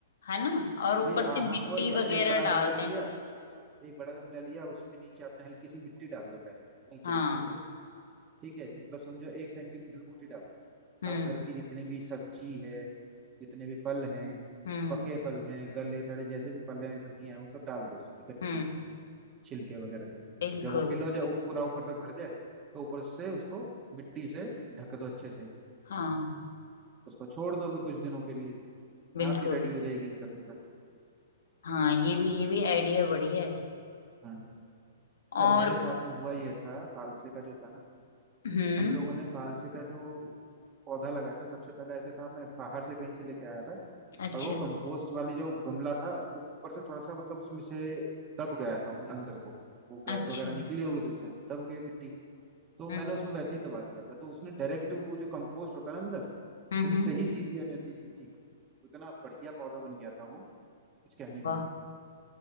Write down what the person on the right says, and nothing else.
भाई हाँ
हाँ और क्या
एक बड़ा गमला
लिया एक बड़ा गमला लिया उसमें नीचे आपने हल्की सी मिट्टी डाल दो पहले नीचे
नीचे थोड़ी थोड़ी ठीक है मतलब समझो एक सेंटीमीटर मोटी डालो
आप घर की जितनी भी सब्जी है जितने भी फल हैं
पके फल हैं गले सड़े जैसे भी फल हैं सब्जियां हैं वो सब डाल दो उसमें कच्ची
छिलके वगैरह सब
जब वो फिल हो जाए वो पूरा ऊपर तक भर जाए तो ऊपर से उसको मिट्टी से ढक दो अच्छे से
उसको छोड़ दो भी कुछ दिनों के लिए
आप ही रेडी हो जाएगी अंदर अंदर
हाँ अच्छा
मेरे साथ में हुआ ये था फालसे का जो था ना
हम लोगों ने फालसे का जो पौधा लगाया था सबसे पहले ऐसे था मैं बाहर से कहीं से लेके आया था
और वो कंपोस्ट वाली जो गमला था वो ऊपर से थोड़ा सा मतलब उसमें से दब गया था उन- अंदर को वो गैस
वगैरह निकली होगी तो उससे दब गई मिट्टी तो
मैंने उसमें वैसे ही दबा दिया था तो उसने डायरेक्ट वो जो कंपोस्ट होता है ना अंदर
उससे
ही सीधी एनर्जी खींची थी इतना बढ़िया पौधा बन गया था वो कुछ कहने को
नहीं